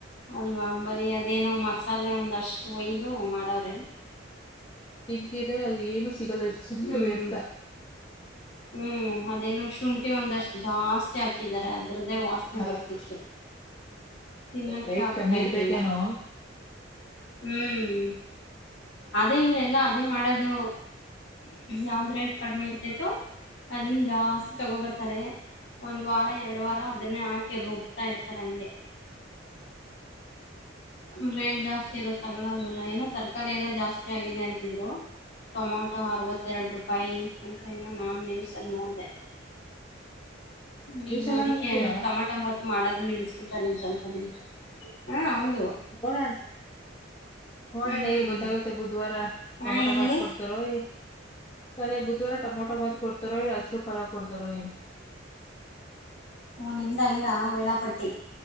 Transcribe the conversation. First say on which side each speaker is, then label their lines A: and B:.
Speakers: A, on the left; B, on the left.
A: ಅಲ್ವಾ ಬರಿ ಅದೇನೋ ಮಸಾಲೆ ಒಂದಷ್ಟು ಒಯ್ದು ಮಾಡವ್ರೆ
B: ತಿದ್ದಿದ್ರೆ ಅದು ಏನು ಸಿಗಲ್ಲ ಸುಮ್ನೆ
A: ಹ್ಮ್
B: ವ್ಯರ್ಥ
A: ಹ್ಮ್ ಅದೇನು ಶುಂಠಿ ಒಂದಷ್ಟು ಜಾಸ್ತಿ ಹಾಕಿದಿದ್ದಾರೆ ಅದ್ರದ್ದೇ ವಾಸನೆ
B: ಅದೇ
A: ಬರ್ತಿತ್ತು ತಿನ್ನಕ್ಕೆ
B: ರೇಟ್
A: ಆಗ್ತಾ
B: ಕಮ್ಮಿ ಇರ್ಬೇಕೇನೋ
A: ಇರ್ಲಿಲ್ಲ ಹ್ಮ್ ಅದೇ ಇವರೆಲ್ಲ ಅದೇ ಮಾಡೋದು ಯಾವ್ದ ರೇಟ್ ಕಡಿಮೆ ಇರ್ತತ್ತು ಅದನ್ನ ಜಾಸ್ತಿ ತಗೋಬರ್ತಾರೆ ಒಂದ್ ವಾರ ಎರಡು ವಾರ ಅದನ್ನೇ ಹಾಕಿ ರುಬ್ತಾ ಇರ್ತಾರೆ ಹಂಗೆ ಬ್ರೆಡ್ ಜಾಸ್ತಿ ಇರೋದು ತಗೊಲ್ವಲ್ಲ ಏನೋ ತರಕಾರಿ ಎಲ್ಲ ಜಾಸ್ತಿ ಆಗಿದೆ ಅಂತಿದ್ರು ಟೊಮೊಟೊ ಅರವತ್ತೆರಡು ರೂಪಾಯಿ ಅಂತ ಇನ್ನು ನಾನು ನ್ಯಸಲ್ಲಿ ನೋಡಿದೆ ಹ್ಮ್
B: ನ್ಯೂಸ್ ಎಲ್ಲ
A: ಅದಕ್ಕೆ
B: ನೋಡ್ತೀರಾ
A: ಟಮಟಂಬಾತ್ ಮಾಡೋದನ್ನ ನಿಲ್ಸ್ಬಿಡ್ತಾರೆ ಇನ್ನು ಸ್ವಲ್ಪ ದಿನ ಹಾ ಹೌದು
B: ಕ <unintelligible> ನೋಡನ್ಗ
A: ಹ್ಮ್
B: ಗೊತ್ತಾಗುತ್ತೆ ಬುಧವಾರ ರಟೊಮೋಟಾ
A: ಹಾ ಏನ್
B: ಬಾತ್
A: ಹೇಳಿ
B: ಕೊಡ್ತಾರೋ ಈ ಅದ ಬುಧವಾರ ಟಮೊಟೊ ಬಾದ್ ಕೊಡ್ತಾರ ಇಲ್ಲ ಹಸರು ಪರ ಕೊಡ್ತಾರೋ
A: ಓ ನಿಮ್ದ ಹಂಗ ವೇಳಾಪಟ್ಟಿ